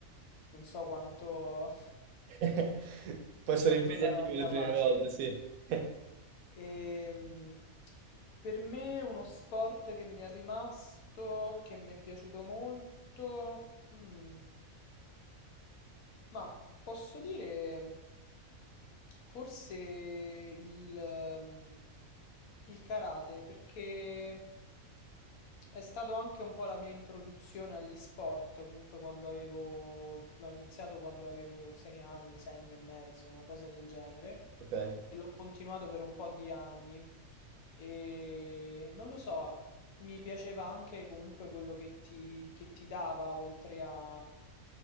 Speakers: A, on the left; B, on the right.
A: non so quanto
B: <laughs> può essere
A: quanto
B: impegnativo
A: sarò capace.
B: le prime volte, sì. <laughs>
A: Ehm, per me uno sport che mi è rimasto, che mi è piaciuto molto, mm, ma posso dire forse il, ehm, il karate, perché È stato anche un po' la mia introduzione agli sport, comunque quando avevo... l'ho iniziato quando avevo sei anni, sei anni e mezzo, una cosa del genere,
B: Ok,
A: e l'ho continuato per un po' di anni. E non lo so, mi piaceva anche comunque quello che ti, che ti dava, oltre a